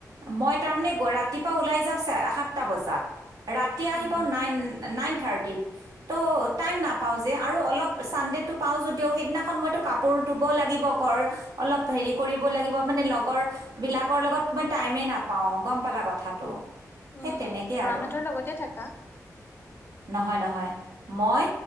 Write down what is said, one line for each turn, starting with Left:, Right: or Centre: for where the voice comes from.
Right: মই তাৰমানে ৰাতিপুৱা ওলাই যাওঁ সাতটা বজাত ৰাতি আহি
Left: উম
Right: পাওঁ নাইন নাইন থাৰ্টিত ত' টাইম নাপাওঁ যে আৰু অলপ ছানডে'টো পাওঁ যদিও সেইদিনাখন মইতো কাপোৰ ধুব লাগিব ঘৰ অলপ হেৰি কৰিব লাগিব মানে লগৰবিলাকৰ লগত। মই টাইমেই নাপাওঁ গম পালা কথাটো
Left: উম
Right: সেই তেনেকেই
Left: উ
Right: আৰু
Left: মাহঁতৰ লগতে থাকা
Right: নহয় নহয় মই